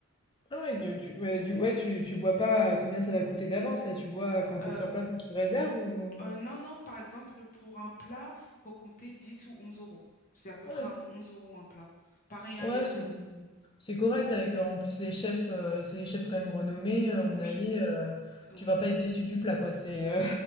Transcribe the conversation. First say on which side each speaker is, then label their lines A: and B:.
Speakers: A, on the left; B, on the left.
A: Ah ouais, tu, tu- ouais, du, ouais, tu, tu vois pas combien ça va coûter d'avance, là, tu vois quand
B: Euh,
A: t'es sur place, quand tu réserves ou...
B: euh, non, non, par exemple, pour un plat, il faut compter 10 ou 11 euros. C'est à peu
A: Ouais,
B: près un- 11 euros un plat. Pareil, un
A: ouais,
B: dessert.
A: c'est c'est correct avec, euh, en plus, les chefs, euh, c'est les chefs quand même renommés, euh, à mon
B: Oui,
A: avis, euh,
B: oui.
A: tu vas pas être déçu du plat, quoi, c'est... euh,